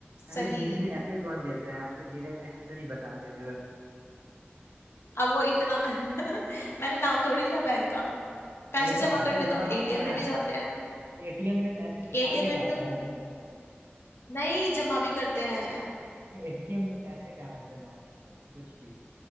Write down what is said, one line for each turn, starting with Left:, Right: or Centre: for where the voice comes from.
Left: सही
Right: अरे हिंट ऐसे कौन देता है आप तो डायरेक्ट आंसर ही बता दे रहे हो
Left: अब वो इतना <laughs> मैंने नाम थोड़ी लिया बैंक का पैसे
Right: अरे तो
Left: जमा
Right: पैसे
Left: करने
Right: जमा
Left: तो हम एटीएम
Right: हम लोग कहाँ
Left: में भी
Right: करते
Left: जाते हैं
Right: हैं एटीएम में पैसे निकालने
Left: एटीएम में
Right: जाते
Left: भी तो करते
Right: हैं
Left: हैं नहीं जमा भी करते हैं
Right: <laughs> एटीएम में पैसे कहाँ से जमा हो सकते हैं कुछ भी